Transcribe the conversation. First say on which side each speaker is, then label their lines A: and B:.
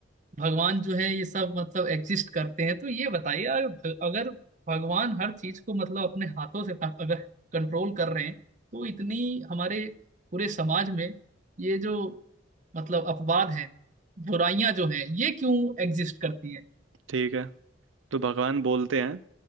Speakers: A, on the right (about 40°); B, on the right (about 80°).
A: भगवान जो है ये सब मतलब एग्जिस्ट करते हैं तो ये बताइए अगर भ- अगर भगवान हर चीज को मतलब अपने हाथों से क- अगर कंट्रोल कर रहे हैं तो इतनी हमारे पूरे समाज में ये जो मतलब अपवाद हैं बुराइयां जो हैं ये क्यों एग्जिस्ट करती हैं
B: ठीक है तो भगवान बोलते हैं